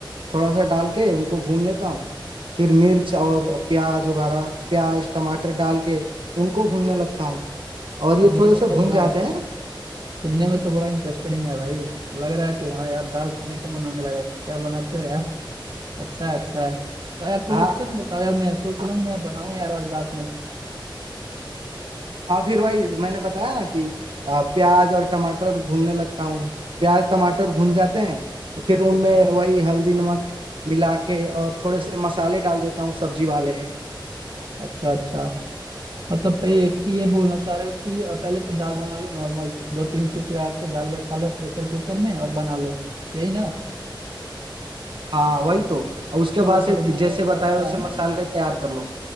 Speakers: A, on the right; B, on the right.
A: थोड़ा सा डाल के उनको भून लेता हूँ फिर मिर्च और प्याज वगैरह प्याज टमाटर डाल के उनको भूनने लगता हूँ और ये
B: सुनने
A: थोड़े
B: में
A: से
B: तो
A: भुन
B: बड़ा
A: जाते हैं
B: सुनने में तो बड़ा इंटरेस्टिंग है भाई लग रहा है कि हाँ यार दाल खाने का मन होने लगा क्या बनाते हो यार <laughs> अच्छा है अच्छा है तो यार थोड़ा
A: हाँ
B: अच्छे से बताओ यार मैं सोच
A: हाँ
B: रहा हूँ मैं बनाऊँ यार आज रात में
A: हाँ, फिर वही मैंने बताया ना कि आ, प्याज और टमाटर भूनने लगता हूँ प्याज टमाटर भून जाते हैं तो फिर उनमें
B: अच्छा
A: वही हल्दी नमक मिला के और थोड़े से मसाले डाल देता हूँ सब्जी वाले
B: अच्छा अच्छा मतलब पे एक ही ये बोलना चाह रहे हो कि अ, पहले तो दाल बना लो नॉर्मल दो तीन सीटी लगा के दाल बैठा लो प्रेशर कुकर में और बना लो यही ना
A: हाँ वही तो और उसके
B: चलो
A: बाद से
B: चलो मैं
A: जैसे बताया
B: करता
A: वैसे
B: हूँ
A: मसाले तैयार कर लो